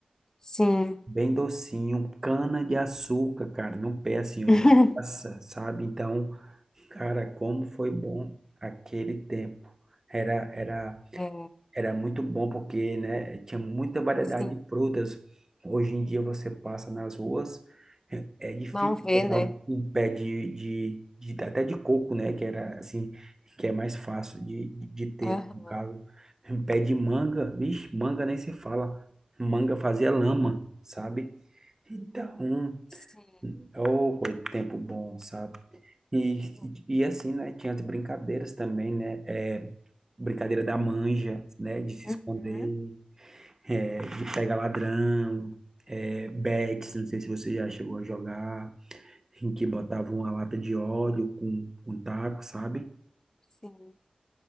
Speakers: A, on the left; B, on the right.
A: Sim.
B: Bem docinho, cana de açúcar, cara, no pé assim, ó,
A: <laughs>
B: de graça, sabe? Então, cara, como foi bom aquele tempo. Era, era
A: É,
B: era muito bom porque, né, tinha muita variedade
A: sim,
B: de frutas. Hoje em dia você passa nas ruas, é, é difícil
A: não vê,
B: encontrar
A: né?
B: um, um pé de, de, de- até de coco, né, que era assim, que é mais fácil de, de, de ter,
A: Aham,
B: no caso. Um pé de manga, vixe, manga nem se fala. Manga fazia lama, sabe? Então,
A: sim. É,
B: ô, oh, tempo bom, sabe? E,
A: bom,
B: e assim, né? Tinha as brincadeiras também, né? É, brincadeira da manja, né? De se
A: Uhum.
B: esconder, é, de pegar ladrão, é, bets, não sei se você já chegou a jogar, em que botava
A: aham,
B: uma lata de óleo com, com taco, sabe?
A: sim.